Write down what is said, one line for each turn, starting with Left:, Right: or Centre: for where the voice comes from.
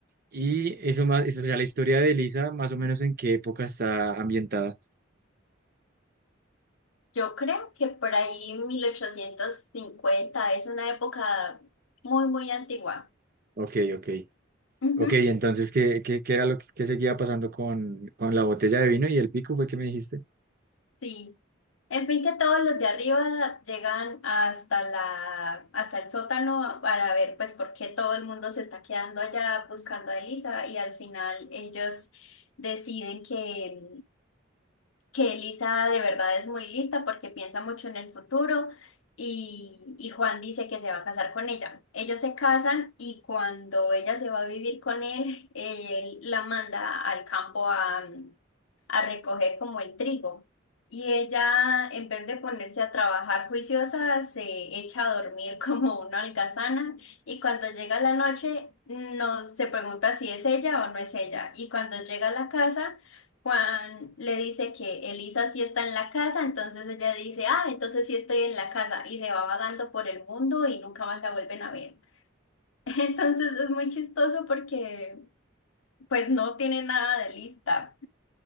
Right: Y eso más, eso, o sea, la historia de Elisa, más o menos en qué época está ambientada.
Left: Yo creo que por ahí 1850 es una época muy, muy antigua.
Right: Ok, ok.
Left: Ujú.
Right: Ok, entonces, ¿qué, qué, qué era lo que qué seguía pasando con, con la botella de vino y el pico fue que me dijiste?
Left: Sí, En fin, que todos los de arriba llegan hasta la, hasta el sótano para ver pues por qué todo el mundo se está quedando allá buscando a Elisa y al final ellos deciden que, que Elisa de verdad es muy lista porque piensa mucho en el futuro y, y Juan dice que se va a casar con ella. Ellos se casan y cuando ella se va a vivir con él, <laughs> él la manda al campo a a recoger como el trigo. Y ella, en vez de ponerse a trabajar juiciosa, se echa a dormir <laughs> como una holgazana y cuando llega la noche no se pregunta si es ella o no es ella. Y cuando llega a la casa, Juan le dice que Elisa sí está en la casa, entonces ella dice, ah, entonces sí estoy en la casa y se va vagando por el mundo y nunca más la vuelven a ver. <laughs> Entonces es muy chistoso porque pues no tiene nada de lista.